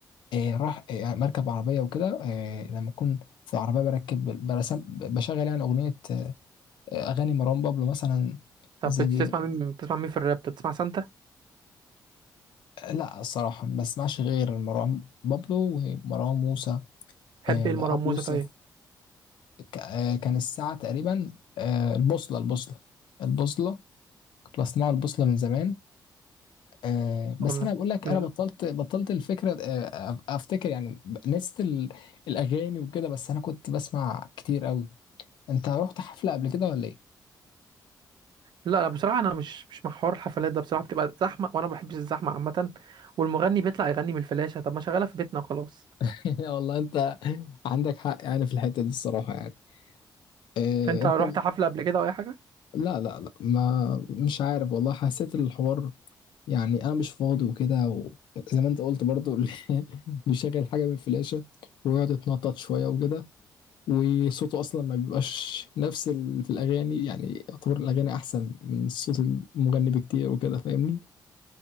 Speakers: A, on the left; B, on the right.
A: إيه راح إيه مركب عربيه وكده إيه لما اكون في عربيه بركب برسم بشغل يعني اغنيه آه، اغاني مروان بابلو مثلا
B: طب
A: زي
B: بتسمع مين بتسمع مين في الراب طب بتسمع سانتا
A: لا الصراحه ما بسمعش غير مروان بابلو ومروان موسى
B: تحب
A: إيه
B: ايه المرموزه
A: ابو يوسف
B: طيب
A: ك- آه، كان الساعة تقريبا آه، البوصلة البوصلة البوصلة كنت بصنع البوصلة من زمان آه، بس
B: أغنية.
A: أنا بقول لك
B: ال-
A: أنا بطلت بطلت الفكرة آه، أف- أفتكر يعني ب- نسيت ال- الأغاني وكده بس أنا كنت بسمع كتير قوي أنت رحت حفلة قبل كده ولا إيه؟
B: لا لا بصراحه انا مش مش مع حوار الحفلات ده بصراحه بتبقى زحمه وانا ما بحبش الزحمه عامه والمغني بيطلع يغني من الفلاشه طب ما شغاله في بيتنا وخلاص
A: <laughs> يا والله أنت عندك حق يعني في الحتة دي الصراحة يعني آه،
B: انت
A: أنت
B: رحت حفله قبل كده او اي حاجه
A: لا لا لا ما مش عارف والله حسيت الحوار يعني انا مش فاضي وكده وزي ما انت قلت برضو <laughs> بيشغل حاجه من الفلاشه ويقعد يتنطط شويه وكده وصوته اصلا ما بيبقاش نفس ال... في الاغاني يعني يعتبر الاغاني احسن من صوت المغني بكتير وكده فاهمني